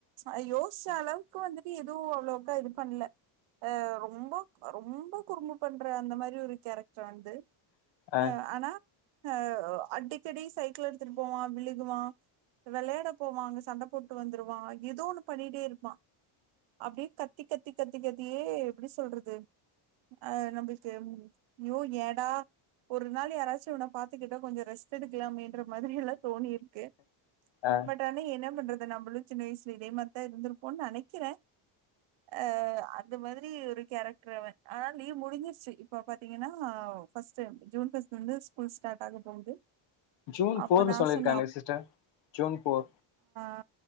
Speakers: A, on the right (about 70°); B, on the left (about 60°).
A: அ யோசிச்ச அளவுக்கு வந்துட்டு எதுவும் அவ்வளவுக்கா இது பண்ல ஆ ரொம்போக் ரொம்போ குறும்பு பண்ற அந்த மாரி ஒரு கேரக்ட்ரு வந் து
B: ஆ
A: அ ஆனா அ அடிக்கடி சைக்கிள் எடுத்துட்டு போவா விழுகுவா விளையாட போவா அங்க சண்ட போட்டு வந்துருவா ஏதோ ஒண்ணு பண்ணிட்டே இருப்பா அப்டியே கத்தி கத்தி கத் தியே எப்டி சொல்றது அ நம்புளுக்கு யோ ஏடா ஒரு நாள் யாராச்சு உன்ன பாத்துக்கிட்டா கொஞ்ச ரெஸ்ட் எடுக்கலாமேன்ற மாதுரி எல்லா தோனி இருக்கு
B: ஆ
A: பட் ஆனா என்ன பண்றது நம்பளு சின்ன வய்ல இதே மார்த்தா இருந்திருப்போ நெனக்கிற அ இந்த மாதிரி ஒரு கேரக்டர்ன் ஆனால் லீவ் முடிஞ்சிருச்சு இப்போ பாத்தீங்கன்னா ஃபர்ஸ்ட் ஜூன் ஃபஸ்ட் வந்து ஸ்கூல் ஸ்டாட் ஆக போகுது
B: ஜூன்
A: அப்ப
B: போர்னு
A: நான்
B: சொல்லிருக்காங்க
A: சொன்ன
B: சிஸ்டர் ஜூன் போர்
A: ஆ